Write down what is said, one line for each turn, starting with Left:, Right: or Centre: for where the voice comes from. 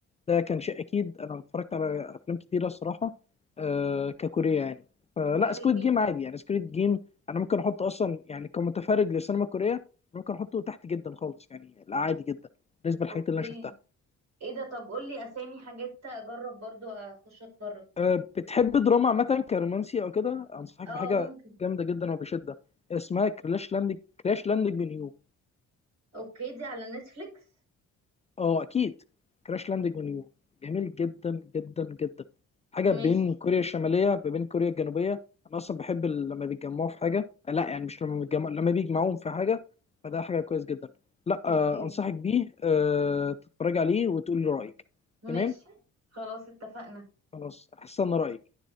Left: ده كان شيء اكيد انا اتفرجت على افلام كتيره الصراحه آه، ككوريه يعني فلا
Right: وحلوين
Left: سكويد جيم عادي يعني سكويد جيم انا ممكن احطه اصلا يعني كمتفرج للسينما الكوريه ممكن احطه تحت جدا خالص يعني لا عادي جدا بالنسبه للحاجات
Right: اوكي
Left: اللي انا شفتها
Right: ايه ده طب قولي اسامي حاجات اجرب برضو اخش اتفرج
Left: أه، بتحب دراما عامة كرومانسي أو كده أنصحك
Right: اه
Left: بحاجة
Right: ممكن
Left: جامدة جدا وبشدة اسمها كراش لاندنج كراش لاندنج اون يو
Right: اوكي دي على نتفليكس
Left: أه أكيد كراش لاندنج اون يو جميل جدا جدا جدا حاجة بين
Right: ماشي
Left: كوريا الشمالية ما بين كوريا الجنوبية أنا أصلا بحب ال- لما بيتجمعوا في حاجة آه، لا يعني مش لما بيتجمعوا لما بيجمعوهم في حاجة فده حاجة كويس جدا لا أه،
Right: اوكي
Left: أنصحك بيه أه، تتفرج عليه وتقول لي رأيك
Right: ماشي
Left: تمام
Right: خلاص اتفقنا
Left: خلاص هستنى رأيك